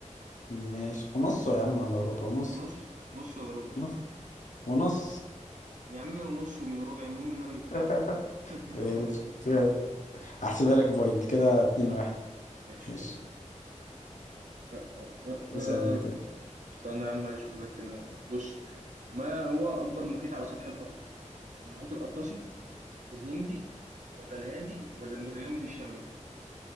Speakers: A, on the left (about 70°); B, on the right (about 70°).
A: ماشي ونص يا عم ولا ربع ونص
B: ونص نص ولا ربع
A: ونص ونص
B: يا عم ونص ومن ربع المهم ان انا جبتها
A: <laughs>
B: <laughs>
A: ماشي يلا. هحسبها لك بوينت كده اتنين
B: ماشي
A: واحد
B: ماشي
A: ماشي
B: يلا بينا أه، أه، أه، أه.
A: اسأل انت
B: استنى يا عم عايز اشوف لك كده بص ما هو اكبر محيط على سطح الارض المحيط الاطلسي الهندي ولا الهادي ولا المتجمد الشمالي